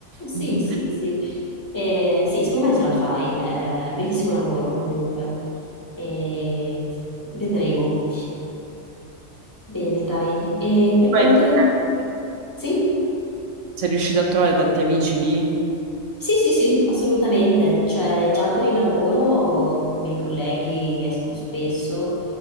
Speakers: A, on the left; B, on the right.
A: Sì,
B: <laughs>
A: sì, sì. Eh, sì, secondo me ce la fai. Eh, bellissimo lavoro comunque. Eh, vedremo. Bene, dai. E per
B: Tu
A: quanto...
B: hai tanti amici?
A: Sì?
B: Sei riuscito a trovare tanti amici lì?
A: Sì, sì, sì, assolutamente. Cioè, già con il lavoro, con i miei colleghi esco spesso,